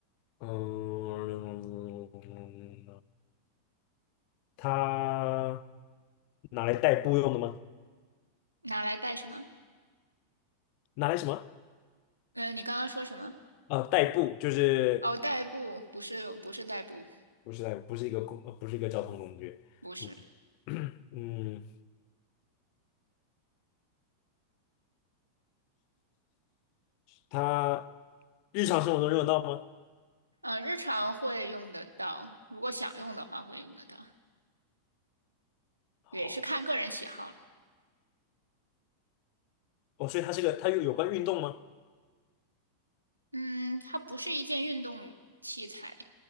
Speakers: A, on the left; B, on the right.
A: 嗯，它拿来代步用的吗？
B: 拿来带什么？
A: 拿来什么？
B: 呃，你刚刚说什么？
A: 呃，代步就是
B: 哦，代步，不是不是代步，
A: 不是代步，不是一个工，呃不是一个交通工具，
B: 不是。
A: 嗯 <clears throat> 嗯，它日常生活中用得到吗？
B: 嗯，日常会用得到，如果想用的话会用得到，
A: 好，
B: 也是看个人喜好了。
A: 哦，所以它是个，它有有关运动吗？
B: 嗯，它不是一件运动器材，